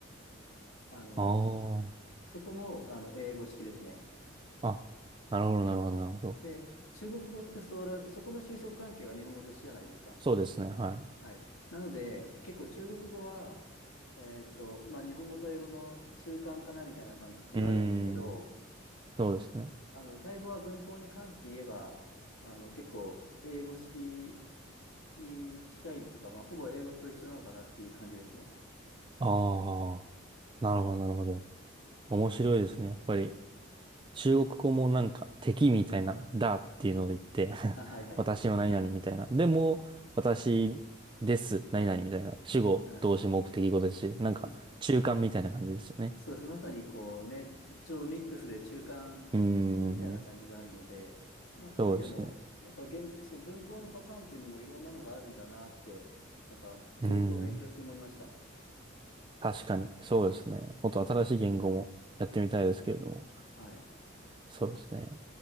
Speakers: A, on the left; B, on the right.
A: あの、
B: あ
A: そそこもあの英語式ですね。
B: あ。あ、なるほど、なるほど、なるほど。
A: で、中国語ってそら、そこの就職関係は日本語と一緒じゃないですか。
B: そうですね。はい。
A: はい。なので、結構中国語は、えーっと、まあ日本語と英語の中間かなみたいな感覚があるんですけど、
B: うーん。そうですね。
A: あの、タイ語は文法に関して言えば、あの、結構英語式に近いとか、まあ、ほぼ英語と一緒なのかなっていう感じですね。
B: ああ。なるほど、なるほど。面白いですね。やっぱり。中国語もなんか敵みたいな、だっていうので言って
A: あ、
B: <laughs>
A: はいはい。
B: 私の何々みたいな。でも、私です、何々みたいな。主語、
A: う
B: 動詞、目的語ですし、なんか中間みたいな感じですよね。
A: ん、そ、そうです。まさにこうね、ちょうどミックスで中間みたいな感じがあるので、
B: うーん、
A: まあそういう意味でも、
B: そうですね。
A: なんか言、そう、文法のパターンっていうのもいろんなのがあるんだなって、なんか中国語を勉強して思いました。
B: うーん、確かに、そうですね。もっと新しい言語もやってみたいですけれども。
A: はい。
B: そうですね。